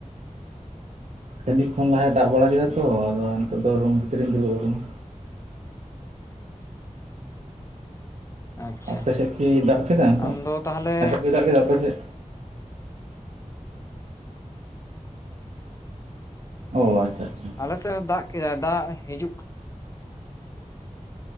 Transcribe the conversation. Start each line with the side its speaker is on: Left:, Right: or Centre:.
Right: ᱠᱷᱟᱱᱮᱠ ᱠᱷᱚᱱ ᱞᱟᱦᱟᱭ ᱫᱟᱜ ᱵᱟᱲᱟ ᱠᱮᱫᱟ ᱛᱚ ᱟᱫᱚ ᱱᱤᱛᱚᱜ ᱫᱚ ᱨᱩᱢ ᱵᱷᱤᱛᱤᱨ ᱤᱧ ᱫᱩᱲᱩᱵ ᱠᱟᱱᱟ᱾
Left: ᱟᱪᱪᱷᱟ
Right: ᱟᱯᱮ ᱥᱮᱫ ᱠᱤ ᱫᱟᱜ ᱠᱮᱫᱟ ᱛᱚ
Left: ᱟᱢᱫᱚ ᱛᱟᱦᱚᱞᱮ
Right: ᱱᱤᱛᱚᱜ? ᱫᱟᱜ ᱠᱮᱫᱟ ᱟᱯᱮ ᱥᱮᱫ ᱚ ᱟᱪᱪᱷᱟ ᱟᱪᱪᱷᱟ
Left: ᱟᱞᱮ ᱥᱮᱦᱚᱸ ᱫᱟᱜ, ᱠᱮᱫᱟᱭ ᱫᱟᱜ, ᱦᱤᱡᱩᱜ ᱠᱟ